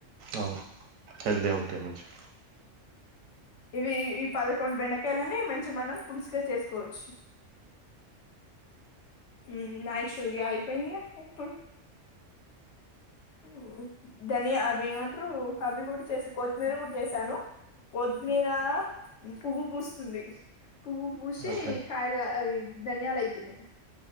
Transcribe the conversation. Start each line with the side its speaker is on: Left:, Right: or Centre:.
Right: అవును. హెల్తీ ఉంటాయి మంచిగా.
Left: ఇవి పదకొండు బెండకాయలని మంచి మనం పుసుుగా చేసుకోవచ్చు ఉ నచరల్ అయిపోయిందిగా ఎప్పుడూ ఉ దని అవి ఏమంటారు అవి నేను కూడా చేసాను కొత్తిమీర కూడా చేసాను కొత్తిమీర పువ్వు పూస్తుంది పువ్వు పూసి
Right: ఓకే.
Left: కాయలు అవి ధనియాలు అయితున్నాయి